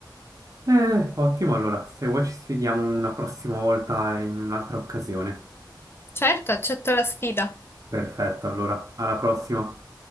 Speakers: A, on the right; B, on the left.
A: Eh, ottimo, allora, se vuoi ci sfidiamo una prossima volta in un'altra occasione.
B: certo, accetto la sfida.
A: Perfetto, allora, alla prossima.